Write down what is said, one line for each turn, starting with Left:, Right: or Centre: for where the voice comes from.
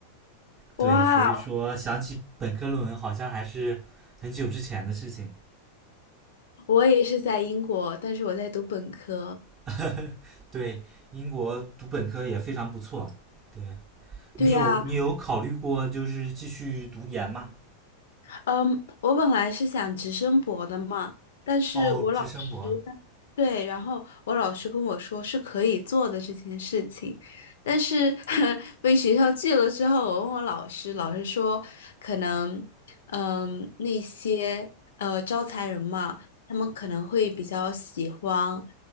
Left: 哇，
Right: 对，所以说想起本科论文，好像还是很久之前的事情。
Left: 我也是在英国，但是我在读本科。
Right: <laughs> 对，英国读本科也非常不错。对你有你有考虑过就是继续读研吗？
Left: 对呀，嗯，我本来是想直升博的嘛，但是我老师，
Right: 哦，直升博，
Left: 对，然后我老师跟我说是可以做的这件事情，但是 <laughs> 被学校拒了之后，我问我老师，老师说可能，嗯，那些呃招财人嘛，他们可能会比较喜欢